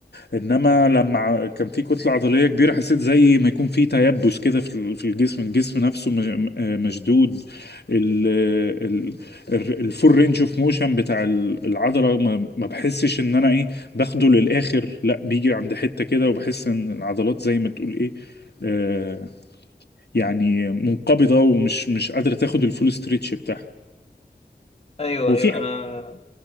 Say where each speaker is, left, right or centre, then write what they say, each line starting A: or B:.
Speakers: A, on the left; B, on the left.
A: انما لما ع- كان في كتله عضليه كبيره حسيت زي ما يكون في تيبس كده في ال- في الجسم الجسم نفسه مش- م- آه مشدود ال ال ال- الفول رينج اوف موشن بتاع ال- العضله ما ما بحسش ان انا ايه باخده للاخر لا بيجي عند حته كده وبحس ان العضلات زي ما تقول ايه آه يعني منقبضه ومش مش قادره تاخد الفول ستريتش بتاعها
B: أيوه
A: وفي
B: أيوه
A: ح-
B: أنا